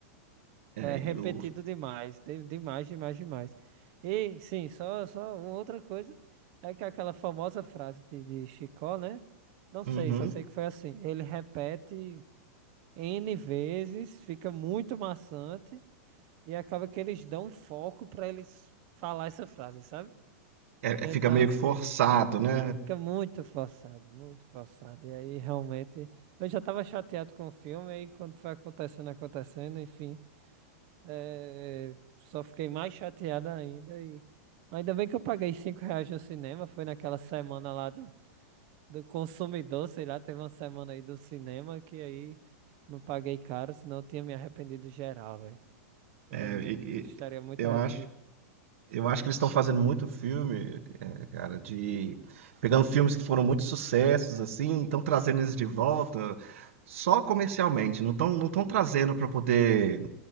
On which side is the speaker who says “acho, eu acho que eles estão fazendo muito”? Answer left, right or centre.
Right